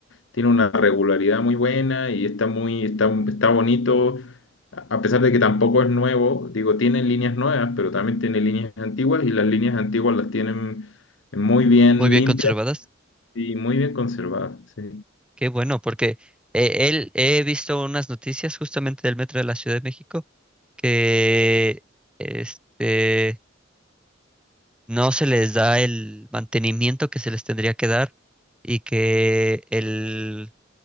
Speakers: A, on the left; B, in the centre.
A: tiene una regularidad muy buena y está muy, está, está bonito, a a pesar de que tampoco es nuevo, digo, tiene líneas nuevas, pero también tiene líneas antiguas y las líneas antiguas las tienen muy bien
B: muy bien
A: limpias
B: conservadas.
A: y muy bien conservadas, sí,
B: Qué bueno, porque eh, él he visto unas noticias justamente del metro de la Ciudad de México que este no se les da el mantenimiento que se les tendría que dar y que el